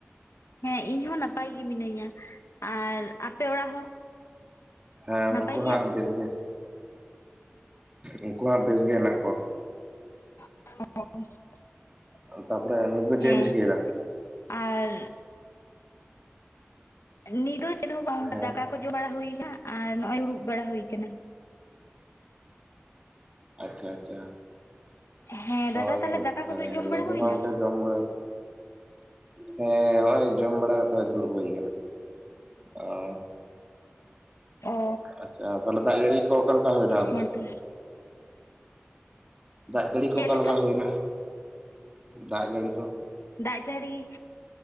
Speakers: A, on the left (about 80°); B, on the right (about 20°).
A: ᱦᱮᱸ ᱤᱧ ᱦᱚᱸ ᱱᱟᱯᱟᱭ ᱜᱮ ᱢᱤᱱᱟᱹᱧᱟ ᱟᱨ ᱟᱯᱮ ᱚᱲᱟᱜ ᱦᱚᱲ
B: ᱦᱮᱸ ᱩᱱᱠᱩ
A: ᱱᱟᱯᱟᱭ ᱜᱮᱭᱟ
B: ᱦᱟᱸᱜ
A: ᱠᱚ
B: ᱵᱮᱥ ᱜᱮ ᱩᱱᱠᱩ ᱦᱟᱸᱜ ᱵᱮᱥ ᱜᱮ ᱦᱮᱱᱟᱜ ᱠᱚᱣᱟ᱾
A: <unintelligible>
B: ᱛᱟᱯᱚᱨᱮ ᱱᱤᱛ ᱫᱚ ᱪᱮᱜᱼᱮᱢ
A: ᱦᱮᱸ
B: ᱪᱤᱠᱟᱹᱭᱫᱟ?
A: ᱟᱨ ᱱᱤᱛ ᱫᱚ ᱪᱮᱫ ᱦᱚᱸ ᱵᱟᱝ
B: ᱦᱮᱸ
A: ᱫᱟᱠᱟ ᱠᱚ ᱡᱚᱢ ᱵᱟᱲᱟ ᱦᱩᱭ ᱠᱟᱱᱟ ᱟᱨ ᱱᱚᱜᱼᱚᱭ ᱫᱩᱲᱩᱵ ᱵᱟᱲᱟ ᱦᱩᱭ ᱠᱟᱱᱟ᱾
B: ᱟᱪᱪᱷᱟ ᱟᱪᱪᱷᱟ
A: ᱦᱮᱸ ᱫᱟᱫᱟ
B: ᱦᱳᱭ
A: ᱛᱟᱦᱚᱞᱮ
B: ᱚᱝᱠᱟ
A: ᱫᱟᱠᱟ ᱠᱚᱫᱚ
B: ᱜᱮ
A: ᱡᱚᱢ ᱵᱟᱲᱟ ᱦᱩᱭᱱᱟ
B: <unintelligible> ᱡᱚᱢ ᱵᱟᱲᱟ ᱦᱮᱸ ᱦᱚᱸᱜᱼᱚᱭ ᱡᱚᱢ ᱵᱟᱲᱟ ᱟᱛᱮᱜ ᱦᱚᱸᱜᱼᱚᱭ ᱫᱩᱲᱩᱵ ᱦᱩᱭ ᱠᱟᱱᱟ ᱚᱸ᱾
A: ᱚ
B: ᱟᱪᱪᱷᱟ ᱛᱟᱦᱞᱮ ᱡᱟᱹᱜᱤ ᱠᱚ ᱚᱠᱟᱞᱠᱟ ᱦᱩᱭᱱᱟ ᱚᱱᱛᱮ?
A: ᱦᱮᱸᱛᱚ
B: ᱫᱟᱜ ᱡᱟᱹᱲᱤ ᱠᱚ
A: ᱪᱮᱫ
B: ᱚᱠᱟᱞᱮᱠᱟ
A: ᱞᱮᱠᱟ
B: ᱦᱩᱭᱱᱟ ᱫᱟᱜ ᱡᱟᱹᱲᱤ ᱠᱚ?
A: ᱫᱟᱜ ᱡᱟᱹᱲᱤ